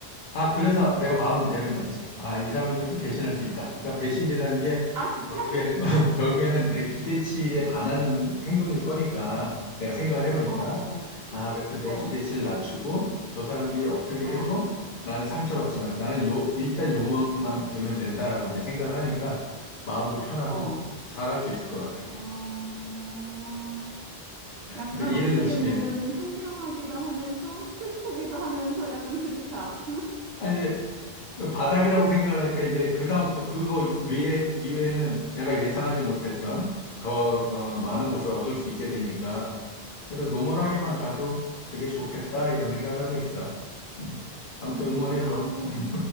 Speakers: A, on the left; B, on the right.
A: 아, 그래서 내가 마음을 내려놨지. 아, 이 사람들도 배신할 수 있다. 그러니까 배신이라는 게
B: 아, 진짜?
A: 결국에는, <laughs> 결국에는 내 기대치에 반하는 행동일 거니까, 내가 생각을 해보니까.
B: 어, 어,
A: 아, 그래서 내
B: 어,
A: 기대치를 낮추고, 저 사람들이 어떻게
B: 어,
A: 해도 나는 상처받지만, 나는 요, 일단 요만큼만 되면 된다라고 이제 생각을 하니까, 마음도 편하고,
B: 어.
A: 잘할 수 있을 것 같아.
B: 어, 약간
A: 근데 일은
B: 어떻게
A: 열심히
B: 보면은
A: 해.
B: 현명하기도 하면서 슬프기도 하면서 약간 그렇다.
A: 아니, 그 바닥이라고 생각을 하니까 이제 그 다음 수 그거 외에 이외에는 내가 예상하지 못했던 더 어, 많은
B: 어, 어,
A: 것을 얻을 수 있게 되니까 그래서 노멀하게만
B: 어.
A: 가도 되게 좋겠다 이런 생각을 하고 있어. 음. 아무튼
B: 음,
A: 응원해줘.
B: 아유.
A: 음.